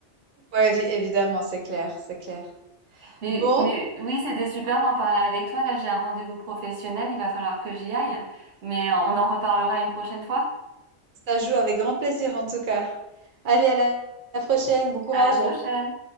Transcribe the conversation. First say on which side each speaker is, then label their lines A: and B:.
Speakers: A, on the right; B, on the right.
A: Ouais, évi évidemment, c'est clair, c'est clair.
B: Mais,
A: Bon,
B: mais oui, c'était super d'en parler avec toi. Là, j'ai un rendez-vous professionnel, il va falloir que j'y aille. Mais euh, on en reparlera une prochaine fois.
A: ça joue avec grand plaisir en tout cas. Allez, à la à la prochaine, bon courage.
B: À la prochaine.